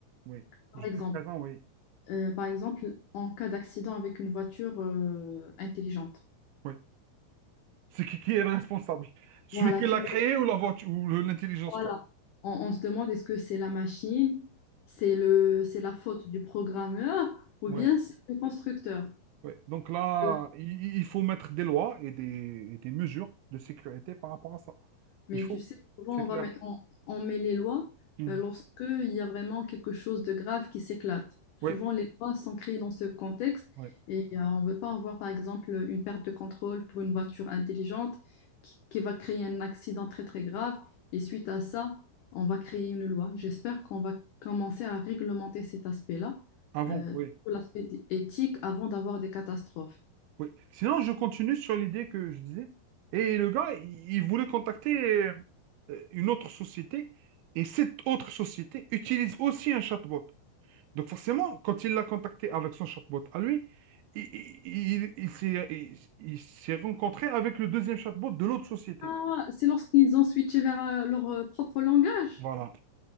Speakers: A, on the right (about 80°); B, on the left (about 85°).
A: Oui,
B: Par
A: jusqu'à
B: exemple,
A: présent, oui.
B: Euh, par exemple, en cas d'accident avec une voiture euh, intelligente.
A: Oui. C'est qui, qui est le responsable? Celui
B: Voilà,
A: qui
B: qui,
A: l'a créé ou la voiture ou le- l'intelligence,
B: voilà.
A: quoi.
B: On, on se demande est-ce que c'est la machine, c'est le, c'est la faute du programmeur ou
A: Ouais,
B: bien c'est le constructeur.
A: ouais. Donc là,
B: Euh,
A: i- i- il faut mettre des lois et des, et des mesures de sécurité par rapport à ça.
B: Mais
A: Il faut,
B: tu sais, souvent,
A: c'est
B: on
A: clair.
B: va met- on, on met les lois
A: Mhm.
B: euh, lorsque il y a vraiment quelque chose de grave qui s'éclate. Souvent,
A: Ouais.
B: les lois sont créées dans ce contexte
A: Ouais.
B: et euh, on ne veut pas avoir, par exemple, une perte de contrôle pour une voiture intelligente qui, qui va créer un accident très, très grave. Et suite à ça, on va créer une loi. J'espère qu'on va commencer à réglementer cet aspect-là,
A: Avant,
B: euh, surtout
A: oui.
B: l'aspect éthique, avant d'avoir des catastrophes.
A: Oui. Sinon, je continue sur l'idée que je disais. Et le gars, il, il voulait contacter euh, une autre société. Et cette autre société utilise aussi un chatbot. Donc forcément, quand il l'a contacté avec son chatbot à lui, il, il- il- il s'est il- il s'est rencontré avec le deuxième chatbot de l'autre société.
B: Ah, c'est lorsqu'ils ont switché vers euh, leur euh, propre langage.
A: Voilà.